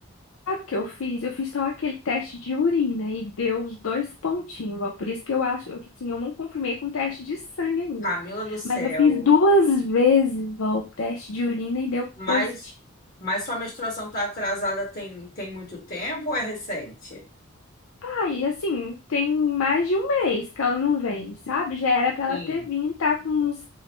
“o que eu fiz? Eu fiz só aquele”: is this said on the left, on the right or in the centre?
Left